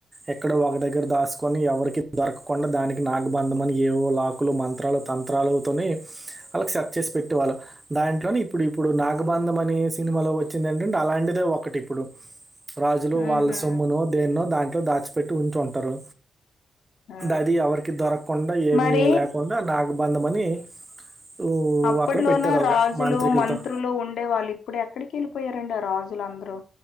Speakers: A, on the right; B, on the left.
A: ఎక్కడో ఒక దగ్గర దాసుకొని ఎవరికి దొరకకుండా దాని నాగా బంధం అని ఏవో లాకులు మంత్రాలు తంత్రాలుతోని వాళ్ళకి సర్చ్ చేసి పెట్టే వాళ్ళు దాంట్లోనే ఇప్పుడు ఇప్పుడు నాగబంధం అనే సినిమాలో వచ్చింది ఏంటంటే అలాంటిదే ఒకటి ఇప్పుడు రాజులు వాళ్ళ
B: ఆహా
A: సొమ్మునో దేన్నో దాంట్లో దాచి పెట్టి ఉంచుంటారు
B: ఆ
A: అది ఎవరికి దొరకకుండా ఏమీ
B: మరి
A: లే కుండా నాగబంధం అని ఊ,
B: అప్పట్లోనా
A: అక్కడ పెట్టారు అలాగా
B: రాజులు
A: మాంత్రికులతో
B: మంత్రులు ఉండే వాళ్ళు ఇప్పుడు ఎక్కడికి ఎళ్ళిపోయారండి ఆ రాజుల అందరూ